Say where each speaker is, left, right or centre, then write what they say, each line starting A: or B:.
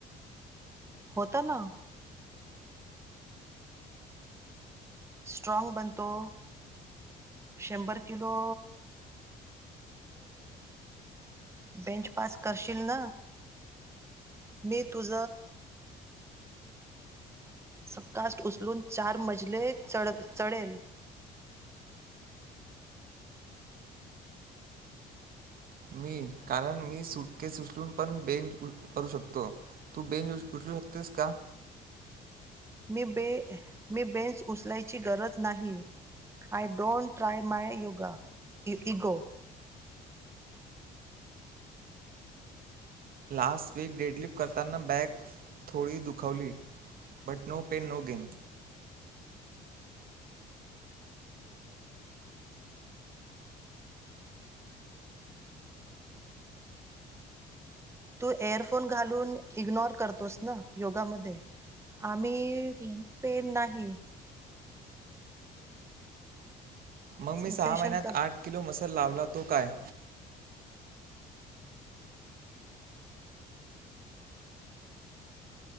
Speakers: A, on the right (about 15°); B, on the right (about 60°).
A: होत ना. स्ट्रॉंग बनतो. शंभर किलो. बेंच पास करशील ना मी तुझ. सबकास्ट उचलून चार मजले चढ चडेल.
B: मी कारण मी सुटकेस उचलून पण बेंच करू शकतो. तू बेंच उ उचलू शकतेस का.
A: मी बे मी बेंच उचलायची गरज नाही. I don't try my yoga in ego.
B: Last week deadlift करताना बॅक थोडी दुखावली. But no pain no gain.
A: तू एअरफोन घालून इग्नोर करतोस ना योगामध्ये. आम्ही पेन नाही.
B: मग मी
A: सेन्सेशन
B: सहा महिन्यात
A: कर
B: आठ किलो मसल लावला तो काय.